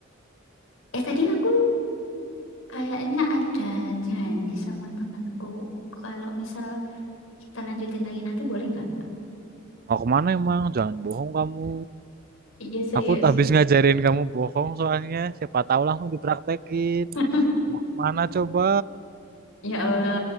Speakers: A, on the left; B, on the right.
A: Eh tadi aku kayaknya ada janji sama temanku. Kalau misal kita lanjutin lagi nanti boleh nggak?
B: Mau kemana emang? Jangan bohong kamu.
A: Iya serius.
B: Aku habis ngajarin kamu bohong soalnya. Siapa tahu langsung dipraktekin.
A: <laughs>
B: Mau kemana coba?
A: Ya Allah,